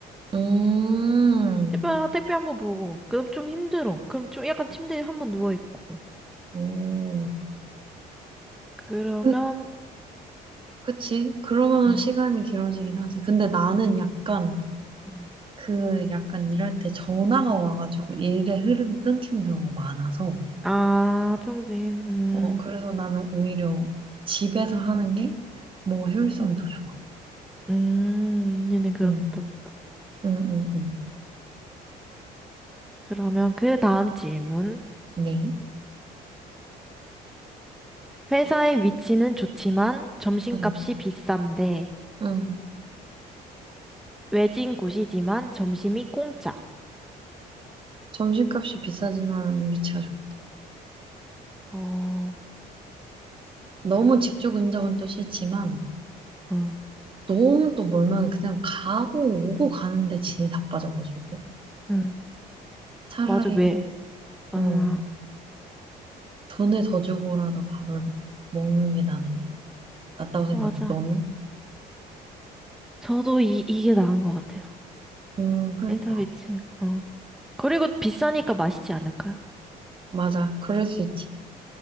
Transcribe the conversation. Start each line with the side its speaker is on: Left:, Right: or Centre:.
Right: 음,
Centre: 택배, 택배 한 번 보고, 그럼 좀 힘들어. 그럼 좀 약간 침대에 한번 누워있고.
Right: 오.
Centre: 그러면,
Right: 그 그치? 그러면
Centre: 음.
Right: 시간이 길어지긴 하지. 근데 나는 약간
Centre: 음.
Right: 그 약간 일할 때 전화가 와가지고 일의 흐름이 끊기는 경우가 많아서
Centre: 아, 평소에, 음,
Right: 어 그래서 나는 오히려 집에서 하는 게 뭐 효율성이 더 좋아.
Centre: 음, 언니는 그렇겠다,
Right: 응,
Centre: 맞아.
Right: 응, 응, 응.
Centre: 그러면 그 다음 질문.
Right: 네.
Centre: 회사의 위치는 좋지만 점심값이
Right: 응,
Centre: 비싼데,
Right: 응.
Centre: 외진 곳이지만 점심이 공짜.
Right: 점심값이 비싸지만 위치가 좋아.
Centre: 어,
Right: 너무 직조 근접은 또 싫지만
Centre: 응,
Right: 너무 또 멀면 그냥 가고 오고 가는데 진이 바빠져가지고
Centre: 응.
Right: 차라리
Centre: 맞아, 왜? 어,
Right: 어 돈을 더 주고라도 밥을 먹는 게 나는 낫다고 생각해.
Centre: 맞아.
Right: 너는?
Centre: 저도 이, 이게 나은 것 같아요.
Right: 음, 그러니까.
Centre: 회사 위치, 어. 그리고 비싸니까 맛있지 않을까요?
Right: 맞아. 그럴 수 있지.